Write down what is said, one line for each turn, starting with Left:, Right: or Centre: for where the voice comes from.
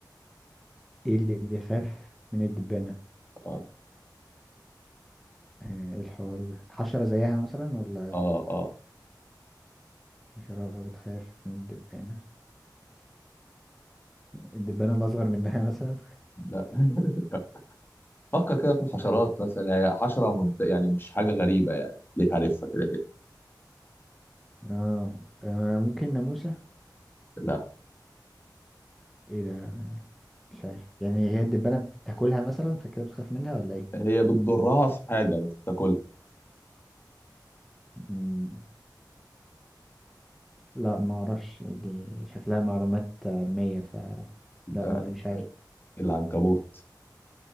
Centre: ايه اللي بيخاف من الدبانة
Left: اه
Centre: آه ايه الحوار ده حشرة زيها مثلا ولا
Left: اه اه
Centre: حشرة بتخاف من الدبانة الدبانة الأصغر منها <laughs> مثلا
Left: لا <laughs> لا فكر كده في الحشرات مثلا هي حشرة مد... يعني مش حاجة غريبة يعني ليك عارفها كده كده
Centre: اه آه، ممكن ناموسة
Left: لا
Centre: ايه ده مش عارف يعني هي الدبانة بتاكلها مثلا فكده بتخاف منها ولا
Left: هي بتضرها في حاجة مش بتاكلها
Centre: ايه لا ما اعرفش دي شكلها معلومات علمية ف لا
Left: لا
Centre: ما مش عارف
Left: لا العنكبوت